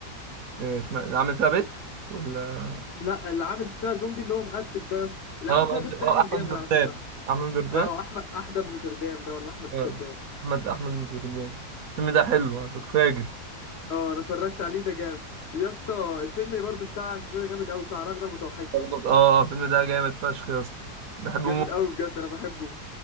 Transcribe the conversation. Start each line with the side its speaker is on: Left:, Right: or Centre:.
Right: إيه اسمه إيه؟ عامل فيها بيت ولا
Left: لا اللي عامل فيها زومبي اللي هو مقتب ده يا اسطى اللي
Right: اه
Left: عامل
Right: مقدر-
Left: فيها بنت ده
Right: اه
Left: كان
Right: احمد
Left: جامد
Right: دردان
Left: على فكرة
Right: احمد دردان
Left: اه احمد احدب نوتردام ده ولا احمد نوتردام
Right: اه احمد احمد دردان الفيلم ده حلو على فكرة فاجر
Left: اه انا اتفرجت عليه ده جامد ويا اسطى الفيلم اللي برضه بتاع اسمه ده جامد قوي بتاع رغدة المتوحشة
Right: اه آه، الفيلم ده جامد فشخ يا اسطى بحبه
Left: جامد
Right: موت
Left: قوي بجد انا بحبه